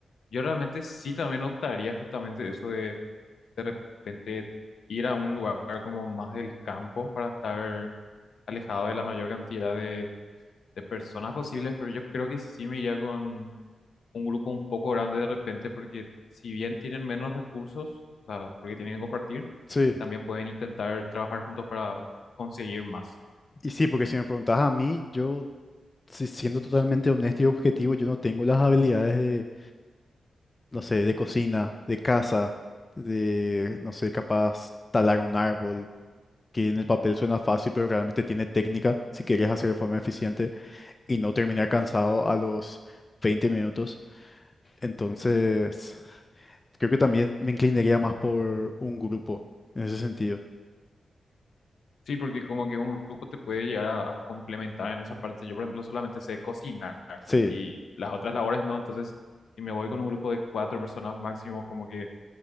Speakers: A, on the left; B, on the left.
A: Yo realmente sí también optaría justamente eso de de repente ir a un lugar como más del campo para estar alejado de la mayor cantidad de, de personas posibles, pero yo creo que sí me iría con un grupo un poco grande de repente porque si bien tienen menos recursos, o sea, porque tienen que compartir,
B: Sí,
A: también pueden intentar trabajar juntos para conseguir más.
B: y sí, porque si me preguntas a mí, yo, si- siendo totalmente honesto y objetivo, yo no tengo las habilidades de, no sé, de cocina, de casa, de, no sé, capaz talar un árbol, que en el papel suena fácil, pero realmente tiene técnica si quieres hacer de forma eficiente y no terminar cansado a los 20 minutos. Entonces... Creo que también me inclinaría más por un grupo, en ese sentido.
A: Sí, porque como que un grupo te puede llegar a, a complementar en esa parte. Yo, por ejemplo, solamente sé cocinar
B: Sí,
A: y las otras labores no. Entonces, si me voy con un grupo de cuatro personas máximo, como que